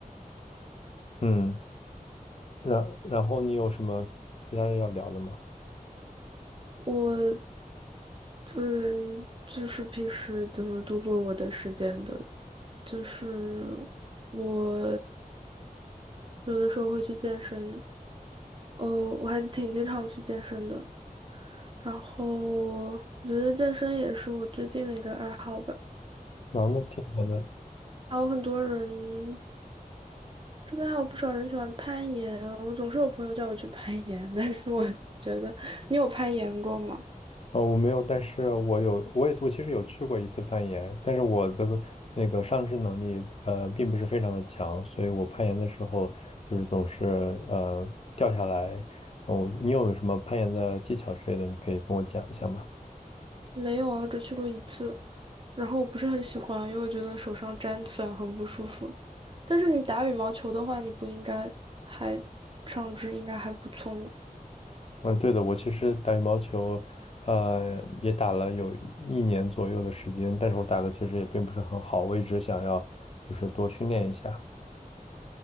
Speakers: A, on the left (about 45°); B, on the right (about 35°).
A: 嗯，然然后你有什么其他的要聊的吗？
B: 我嗯就是平时怎么度过我的时间的，就是我有的时候会去健身，哦，我还挺经常去健身的。然后我觉得健身也是我最近的一个爱好吧。
A: 然后那挺好的。
B: 还有很多人，这边还有不少人喜欢攀岩。我总是有朋友叫我去攀岩，但是我觉得你有攀岩过吗？
A: 啊、我没有，但是我有，我也我其实有去过一次攀岩，但是我的那个上肢能力呃并不是非常的强，所以我攀岩的时候就是总是呃掉下来。哦，你有什么攀岩的技巧之类的，你可以跟我讲一下吗？
B: 没有啊，我只去过一次。然后我不是很喜欢，因为我觉得手上沾粉很不舒服。但是你打羽毛球的话，你不应该还上肢应该还不错吗？
A: 嗯，对的，我其实打羽毛球，呃，也打了有一年左右的时间，但是我打的其实也并不是很好，我一直想要就是多训练一下。